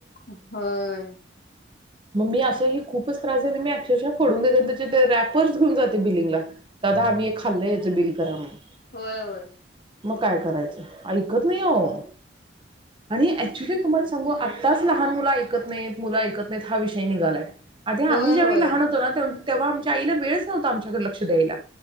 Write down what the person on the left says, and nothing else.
होय.
होय होय
होय
होय